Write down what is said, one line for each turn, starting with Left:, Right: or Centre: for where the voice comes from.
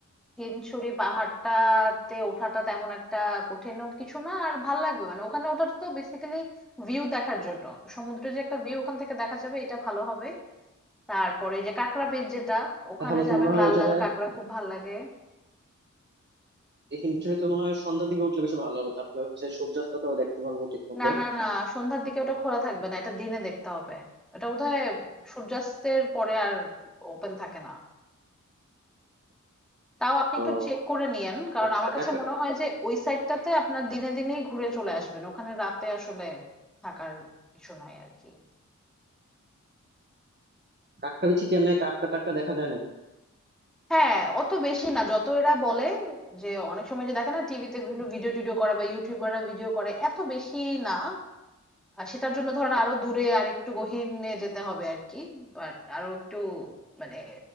Centre: হিমছড়ি পাহাড়টাতে ওঠাটা তেমন একটা কঠিনও কিছু না আর ভাল লাগবে মানে ওখানে ওঠাটা তো বেসিক্যালি ভিউ দেখার জন্য তো সমুদ্রের যে একটা ভিউ ওখান থেকে দেখা যাবে এটা ভালো হবে তারপরে ওই যে কাঁকড়া বীচ যেটা ওখানে
Right: তাহলে তো
Centre: যাবেন
Right: মনে হয়
Centre: লাল
Right: ওই জায়গায়
Centre: লাল কাঁকড়া খুব ভাল লাগে
Right: এই হিমশিমে তো মনে হয় সন্ধ্যার দিকে উঠলে বেশি ভালো হবে তাহলে হচ্ছে সূর্যাস্তটাও দেখতে পারবো ঠিক মতো
Centre: না না না সন্ধ্যার দিকে ওটা খোলা থাকবে না এটা দিনে দেখতে হবে এটা বোধহয় সূর্যাস্তের পরে আর ওপেন থাকে না তাও আপনি একটু
Right: আহ,
Centre: চেক করে নিয়েন কারণ
Right: আচ্ছা
Centre: আমার
Right: আর
Centre: কাছে
Right: কাকটা
Centre: মনে হয় যে ওই সাইডটাতে আপনার দিনে দিনেই ঘুরে চলে আসবেন ওখানে রাতে আসলে থাকার কিছু নাই আর কি
Right: কাকটা বিচি কি এমনি কাকটা টাকটা দেখা যায় নাকি
Centre: হ্যাঁ অত বেশি না যত এরা বলে যে অনেক সময় যে দেখে না টিভিতে বিভিন্ন ভিডিও টিডিও করে বা ইউটিউবাররা ভিডিও করে এত বেশি না আর সেটার জন্য ধরেন আরো দূরে আর একটু গহীনে যেতে হবে আর কি বাট আরো একটু মানে